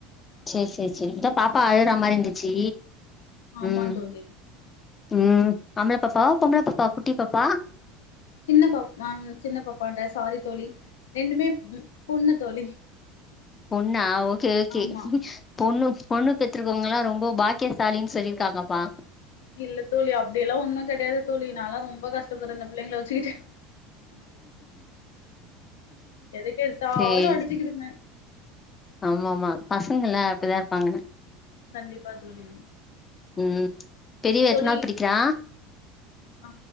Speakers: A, on the left; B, on the left.
A: சேர் சேர் சேரி இத்தா பாப்பா அழுற மாரிருந்துச்சு
B: ஆமா
A: ம்
B: தோழி
A: ம் ஆம்பளப்பப்பா ஆ பொம்பள பாப்பா குட்டிப்பாப்பா
B: சின்ன பாப்பான் சின்ன பாப்பான்ரே சாரி தோழி ரெண்டுமே ம் பொண்ணு தோழி
A: பொண்ணா ஓக்கே ஓக்கே
B: ஆமா
A: பொண்ணு பொண்ணு பெத்திருக்கவங்கல்லா ரெம்போ பாக்கியசாலின் சொல்லிருக்காங்கப்பா
B: இல்ல தோழி அப்டியெல்லா ஒன்னு கெடயாது தோழி நால்லா ரொம்ப கஷ்டப்படுற இந்த பிள்ளைங்கள வச்சிக்கிட்டு எதுக்கு எடுத்தாலு
A: சேரி
B: அடிச்சுக்கிதுங்க
A: ஆம்மா ஆம்மா பசங்கல்ல அப்டிதாருப்பாங்க
B: கண்டிப்பா தோழி
A: ம் பெரிய்வ
B: தோழி
A: எத்தனாது படிக்கிறா
B: ஆ